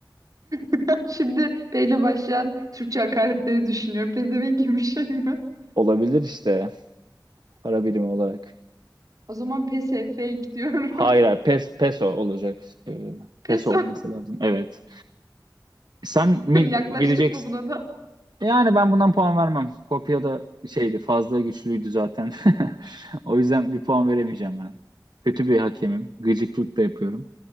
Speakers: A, on the right; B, on the right.
A: <laughs> Şimdi P ile başlayan Türkçe hakaretleri düşünüyorum. Pezevenk gibi bir şey mi?
B: olabilir işte para birimi olarak.
A: O zaman pes e, fake diyorum.
B: Hayır, hayır. Pes, peso olacak. Ee,
A: <laughs> Pes
B: peso
A: var.
B: olması lazım. Evet. Sen
A: <laughs>
B: mi
A: Yaklaştık
B: gideceksin?
A: mı buna da?
B: Yani ben bundan puan vermem. Kopya da şeydi, fazla güçlüydü zaten. <laughs> O yüzden bir puan veremeyeceğim ben. Kötü bir hakemim. Gıcıklık da yapıyorum.